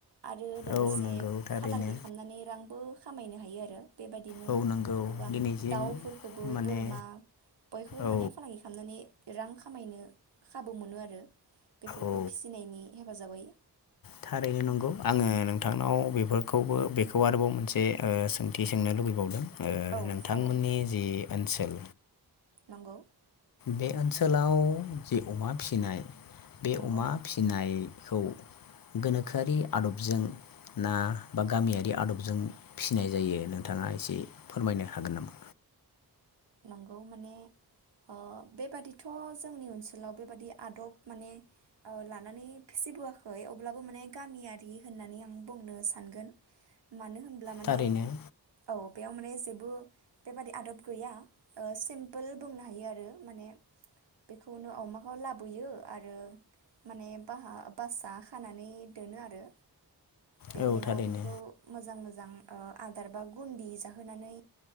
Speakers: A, on the right; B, on the left.
A: आरो लोगोसे
B: औ नंगौ थारैनो
A: फालांगि खालामनानै रांबो खामायनो हायो आरो। आरो बेबायदिनो
B: औ नंगौ
A: गोबां
B: दिनैसिम
A: दाउफोरखौबो
B: माने
A: बोरमा बयखौबो
B: औ
A: माने फालांगि खालामनानै रां खामायनो खाबु मोनो आरो बेफोरखौ
B: औ
A: फिसिनायनि हेफाजाबै
B: थारैनो नंगौ आंङो नोंथांनाव बेफोरखौबो बेखौ आरोबाव मोनसे सोंथि सोंनो लुुबैबावदों।
A: औ
B: नोंथां
A: जागोन
B: मोननि जि ओनसोल
A: नंगौ।
B: बे ओनसोलाव जि अमा फिनाय बे
A: नंगौ
B: अमा फिनाय खौ गोनोखोआरि आदबजों ना बा गामियारि आदबजों फिसिनाय जायो नोंथांङा एसे फोरमायनो हागोन नामा?
A: नंगौ माने ओ बेबादिथ' जोंनि ओनसोलाव बेबादि आदब माने लानानै फिसिबोआखै अब्लाबो माने गामियारि होननानै आं बुंनो सानगोन मानो होन होनब्ला माने
B: थारैनो
A: औ बेयाव माने माने जेबो बेबादि आदब गैया। सिमपोल बुंनो हायो आरो माने बेखौनो अमाखौ लाबोयो आरो माने बा बासा खानानै दोनो आरो बेनि
B: औ
A: उनाव
B: थारैनो
A: बिखौ मोजां मोजां ओ आदार बा गुन्दि जाहोनानै